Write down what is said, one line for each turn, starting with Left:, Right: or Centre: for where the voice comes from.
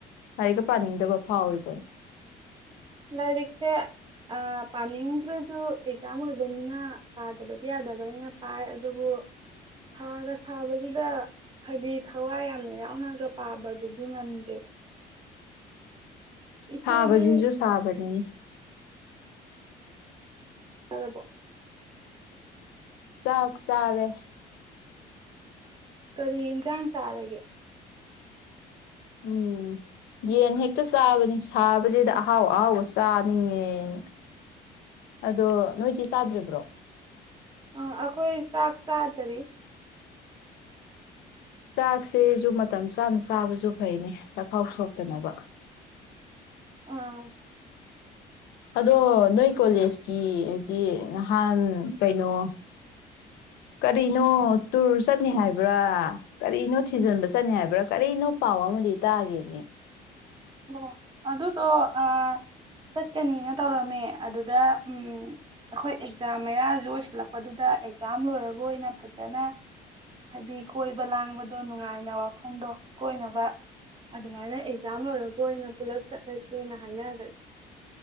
Left: ꯂꯥꯏꯔꯤꯛꯀꯥ ꯄꯥꯅꯤꯡꯗꯕ ꯐꯥꯎꯋꯤꯀꯣ꯫
Right: ꯂꯥꯏꯔꯤꯛꯁꯦ ꯑꯥ ꯄꯥꯅꯤꯡꯗ꯭ꯔꯥꯖꯨ ꯑꯦꯛꯖꯥꯝ ꯑꯣꯏꯕꯅꯤꯅ ꯄꯥꯗꯕꯗꯤ ꯌꯥꯗꯕꯅꯤꯅ ꯄꯥꯏ ꯑꯗꯨꯕꯨ ꯁꯥꯒ ꯁꯥꯕꯗꯨꯗ ꯍꯥꯏꯗꯤ ꯊꯋꯥꯏ ꯌꯥꯝꯅ ꯌꯥꯎꯅꯒ ꯄꯥꯕꯗꯨꯕꯨ ꯉꯝꯗꯦꯗ꯫ ꯏꯆꯦꯗꯤ
Left: ꯁꯥꯕꯁꯤꯁꯨ ꯁꯥꯕꯅꯤ꯫
Right: ꯇꯔꯥꯕꯣ?
Left: ꯇꯥꯛ ꯆꯥꯔꯦ꯫
Right: ꯀꯔꯤ ꯍꯤꯟꯖꯥꯡ ꯆꯥꯔꯒꯦ?
Left: ꯎꯝ ꯌꯦꯟ ꯍꯦꯛꯇ ꯆꯥꯕꯅꯤ ꯁꯥꯕꯁꯤꯗ ꯑꯍꯥꯎ ꯑꯍꯥꯎꯕ ꯆꯥ ꯅꯤꯡꯉꯦꯅ꯫ ꯑꯗꯣ ꯅꯣꯏꯗꯤ ꯇꯥꯗꯔꯤꯕꯥꯔꯣ?
Right: ꯑ ꯑꯩꯈꯣꯏ ꯆꯥꯛ ꯆꯥꯗꯥꯔꯤ꯫
Left: ꯆꯥꯛꯁꯦꯁꯨ ꯃꯇꯝ ꯆꯥꯅ ꯆꯥꯕꯁꯨ ꯐꯩꯅꯦ ꯆꯈꯥꯎ ꯁꯣꯛꯇꯅꯕ꯫
Right: ꯑꯥ ꯑꯥꯁ
Left: ꯑꯗꯣ ꯅꯣꯏ ꯀꯣꯂꯦꯖꯀꯤ ꯑꯥꯗꯤ ꯅꯍꯥꯟ ꯀꯩꯅꯣ ꯀꯔꯤꯅꯣ ꯇꯨꯔ ꯆꯠꯅꯤ ꯍꯥꯏꯕ꯭ꯔꯥ ꯀꯔꯤꯅꯣ ꯊꯤꯖꯤꯟꯕ ꯆꯠꯅꯤ ꯍꯥꯏꯕ꯭ꯔꯥ ꯀꯔꯤꯅꯣ ꯄꯥꯎ ꯑꯃꯗꯤ ꯇꯥꯒꯤꯕꯅꯤ꯫
Right: ꯑꯣ ꯑꯗꯨꯗꯣ ꯑ ꯆꯠꯀꯅꯤꯅ ꯇꯧꯔꯝꯃꯦ‌ ꯑꯗꯨꯗ ꯎꯝ ꯑꯩꯈꯣꯏ ꯑꯦꯛꯖꯥꯝ ꯃꯌꯥꯖꯨ ꯑꯣꯏꯁꯤꯜꯂꯛꯄꯗꯨꯗ ꯑꯦꯛꯖꯥꯝ ꯂꯣꯏꯔꯒ ꯑꯣꯏꯅ ꯐꯖꯅ ꯍꯥꯏꯗꯤ ꯀꯣꯏꯕ ꯂꯥꯡꯕ ꯑꯗꯣ ꯅꯨꯡꯉꯥꯏꯅ ꯋꯈꯣꯡꯗꯣ ꯀꯣꯏꯅꯕ ꯑꯗꯨꯃꯥꯏꯅ ꯑꯦꯛꯖꯥꯝ ꯂꯣꯏꯔꯝ ꯑꯣꯏꯅꯥ ꯄꯨꯜꯂꯞ ꯆꯠꯂꯁꯦꯅ ꯍꯥꯏꯅꯒꯔꯦ꯫